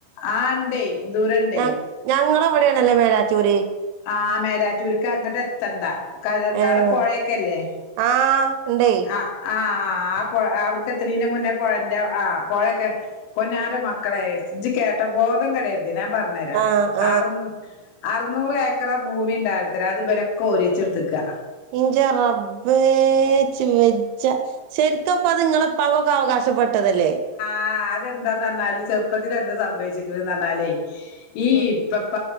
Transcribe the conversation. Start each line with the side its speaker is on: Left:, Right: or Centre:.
Left: ആ ഇണ്ടേയ് ദൂരണ്ടേയ്.
Right: ഞ ഞങ്ങളെ ഇവിടെയാണല്ലേ മേലാറ്റൂര്
Left: ആ മേലാറ്റൂർ അങ്ങട്ട് എത്തണ്ട കരുവന്താടം
Right: ഏഹ്
Left: പൊഴക്കെല്ലേ?
Right: ആഹ് ഉണ്ടേ
Left: ആ ആഹ് ആ അപ്പൊ അവിട്ക്കെതിണീന്റെ മുന്നേ. പൊയന്റെ ആ പോയൊക്കെ പൊന്നാര മക്കളെ ഇജ്ജ് കേട്ടോ ബോധം കെടരുത്. ത് നൻ പറഞ്ഞെര
Right: ആ
Left: അർ അർനൂർ ഏക്ക ക്ക്റ ഭൂമി ഇണ്ടായിരുന്നുത്ര അത് ഇവലൊക്കെ ഓരിച്ച് ഇടത്ക്കാ.
Right: ഇഞ്ച റബ്ബേ ഇച്ച് വെജജ ശെരിക്കപ്പോ അത് നിങ്ങളെ ഇപ്പക്കൊക്കെ അവകാ ഷപ്പെട്ടതല്ലേ?
Left: ആ അതെന്താ ന്ന് പറഞ്ഞാൽ ചെറുപ്പത്തിൽ എന്താ സംഭവിചെ ഇത് എന്ന് പറഞ്ഞാലെയ് ഈ
Right: ഉം.
Left: ഇപ്പപ്പ